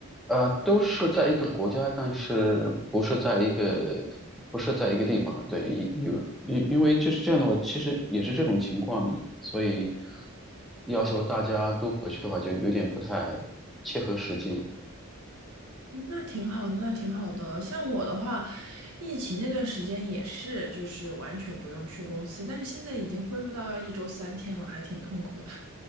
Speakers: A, in the centre; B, on the right.
A: 呃，都是在一个国家，但是不是在一个不是在一个地方的。对，因因因因为就是这样的话，其实也是这种情况，所以要求大家都回去的话，就有点不太切合实际。
B: 那挺好的，那挺好的。像我的话，疫情那段时间也是，就是完全不用去公司，但是现在已经恢复到要一周三天了，还挺痛苦的。